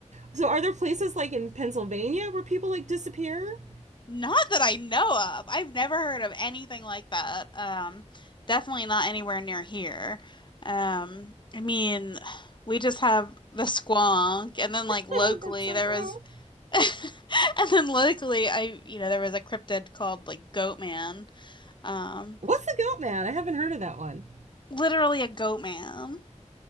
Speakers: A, on the right; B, on the left.
A: so are there places like in Pennsylvania where people like disappear?
B: <laughs> Not that I know of. I've never heard of anything like that. Um, definitely not anywhere near here. Um, I mean, we just have the squonk, and then like
A: <laughs>
B: locally
A: That's so
B: there
A: gross.
B: was, <laughs> and then locally I, you know, there was a cryptid called like Goat Man. Um,
A: What's the goat man? I haven't heard of that one.
B: literally a goat man.